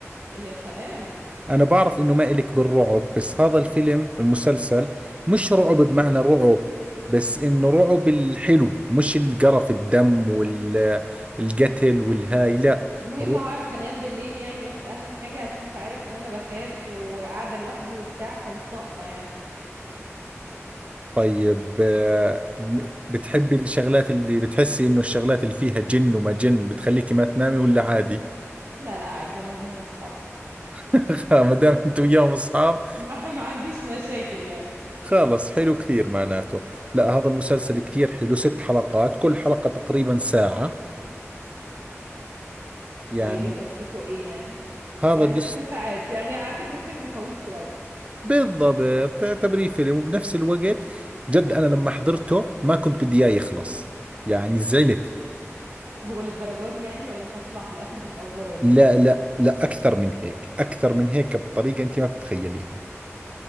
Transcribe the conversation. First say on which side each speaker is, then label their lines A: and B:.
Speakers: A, on the right (about 70°); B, on the right (about 25°).
A: يا سلام
B: أنا بعرف إنه ما إلك بالرعب بس هذا الفيلم المسلسل مش رعب بمعنى رعب بس إنه رعب الحلو مش القرف الدم والقتل والهاي لا
A: المهم
B: رعب
A: هعرف أنام بالليل يعني بس أهم حاجة عشان أنت عارف إن أنا بخاف وقاعدة لوحدي وبتاع فمش ناقصة يعني
B: طيب آه، م- بتحبي الشغلات اللي بتحسي إنه الشغلات اللي فيها جن وما جن بتخليكي ما تنامي ولا عادي
A: لا لا عادي أنا وهم أصحاب
B: <laughs> ما دام أنت وياهم أصحاب
A: <laughs> ما ما عنديش مشاكل يعني
B: خلص حلو كثير معناته لا هذا المسلسل كثير حلو ست حلقات كل حلقة تقريبا ساعة يعني
A: طيب قصته ايه يعني
B: هذا
A: يعني
B: قصة
A: ست ساعات يعني اعتبره فيلم طويل شوية
B: بالضبط تعتبريه فيلم وبنفس الوقت جد أنا لما حضرته ما كنت بدي إياه يخلص يعني زعلت
A: هو للدرجة دي يعني ولا انت هتطلع في الاخر بتأفور ولا
B: لا
A: ايه بالظبط
B: لا لا أكثر من هيك أكثر من هيك بطريقة أنت ما بتتخيليها